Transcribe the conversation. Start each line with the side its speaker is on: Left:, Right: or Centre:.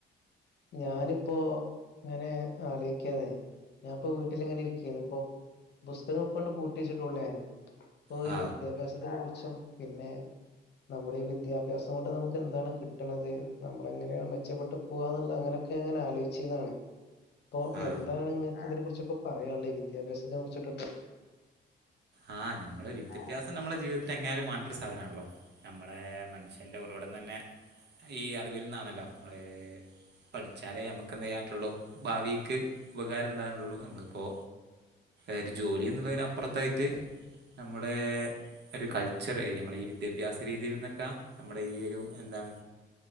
Left: ഞാനിപ്പോ ങ്ങനെ ആലോ ഞാൻപ്പോ വീട്ടില് ങ്ങനെ ഇരിക്കന്ന് പ്പൊ പുസ്തകപ്പണ്ട് പൂട്ടി ച്ചിട്ടൊള്ളു ഞാന്. ഇപ്പൊ
Right: ആ
Left: ഈ വിദ്യാഭ്യാസത്തിനെ കുറിച്ചും പിന്നെ നമ്മുടെ ഈ വിദ്യാഭ്യാസം കൊണ്ട് നമുക്ക് എന്താണ് കിട്ടണത് നമ്മള എങ്ങനെയാണ് മെച്ചപ്പെട്ട് പോകന്നുള്ള അങ്ങനെ ഒക്കെ അങ്ങനെ ആലോചിച്ചന്നാണ് അപ്പൊ
Right: ആ
Left: എന്താണ് ഇങ്ങക്ക് ഇതിനെ കുറിച്ചൊക്കെ പറയാനുള്ളേ വിദ്യാഭ്യാസത്തിനെ കുറിച്ചിട്ടൊക്കെ
Right: ആഹ് നമ്മള് വിദ്യഭ്യാസം
Left: ആ
Right: നമ്മള ജീവിതത്തിൽ എങ്ങാലും വേണ്ട ഒരു സാധനമാണല്ലോ നമ്മള മനുഷ്യൻ്റെ ഉറവിടം തന്നെ ഈ അറിവിൽ നിന്നാണല്ലോ നമ്മള് പഠിച്ചാലേ നമുക്ക് എന്തയ്യാൻറ്റുള്ളു ഭാവീക്ക് ഉപകാരണ്ടാനുള്ളൂ നമ്മളിപ്പോ എര് ജോലിന്നുള്ളതിനപ്പറത്തായിട്ട് നമ്മുടെ ഒരു കൾച്ചർ എ നമ്മളെ ഈ വിദ്യാഭ്യാസ രീതിയിൽ ന്നൊക്കെ നമ്മുടെ ഈ ഒരു എന്താണ്